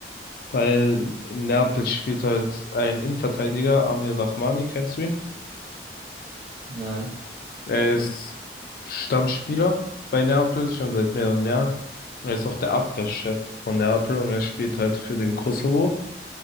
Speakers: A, on the left; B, on the right.
A: weil in Neapel spielt halt ein Innenverteidiger, Amir Rahmani, kennst du ihn?
B: Nein,
A: Er
B: kann
A: ist
B: ich.
A: Stammspieler bei Neapel schon seit mehreren Jahren. Und er ist auch der Abwehrchef von Neapel und er spielt halt für den Kosovo.